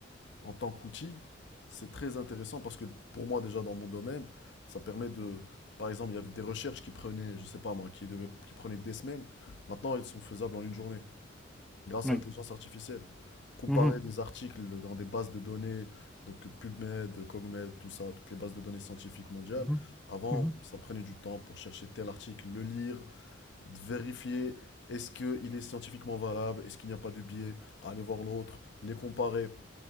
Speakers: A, on the left (about 65°); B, in the centre.
A: en tant qu'outil, c'est très intéressant parce que pour moi, déjà, dans mon domaine, ça permet de. Par exemple, il y avait des recherches qui prenaient, je sais pas moi, qui devaient- qui prenaient des semaines. Maintenant, elles sont faisables en une journée. grâce
B: Oui.
A: à l'intelligence artificielle. Comparer
B: Mhm.
A: des articles dans des bases de données, donc PubMed, CogMed, tout ça, toutes les bases de données scientifiques mondiales.
B: Mhm,
A: Avant,
B: mhm,
A: ça prenait du temps pour chercher tel article, le lire, vérifier est-ce qu'il est scientifiquement valable, est-ce qu'il n'y a pas de biais, aller voir l'autre, les comparer.